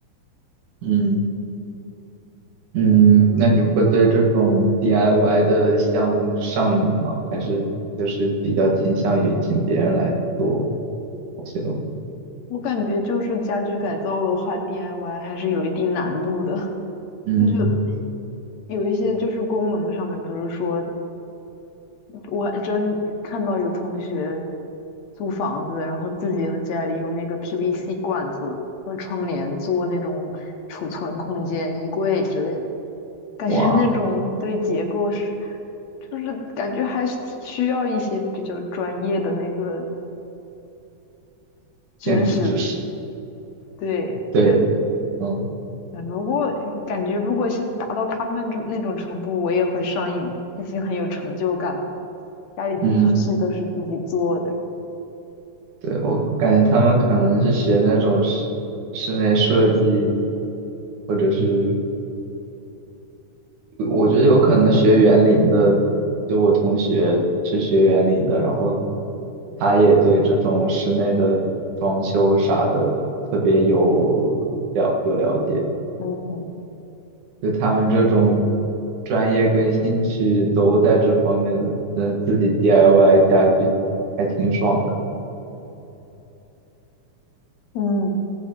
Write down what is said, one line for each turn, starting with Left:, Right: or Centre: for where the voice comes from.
Right: 嗯，嗯，
Left: 嗯，
Right: 那你会对这种 DIY 的项目上瘾吗？还是就是比较倾向于请别人来做某些东西？
Left: 我感觉就是家居改造的话，DIY 还是有一定难度的，<laughs>
Right: 嗯，
Left: 就有一些就是功能上面，比如说。我还真看到有同学租房子，然后自己和家里用那个 PVC 管子和窗帘做那种储存空间、衣柜之类的，感觉那种对结构是，
Right: 哇，
Left: 就是感觉还是挺需要一些比较专业的那个知识。
Right: 建筑知识，
Left: 对，
Right: 对，
Left: 就
Right: 嗯
Left: 嗯如果感觉如果是达到他们这那种程度，我也会上瘾的毕竟很有成就感。家里的东西都是自己做的，
Right: 嗯，对，我我感觉他们可能是学那种室室内设计，或者是我觉得有可能学园林的，就我同学是学园林的，然后他也对这种室内的装修啥的特别有了有了解，
Left: 嗯嗯。
Right: 就他们这种专业跟兴趣都在这方面的，呃，自己 DIY 家具还挺爽的。
Left: 嗯，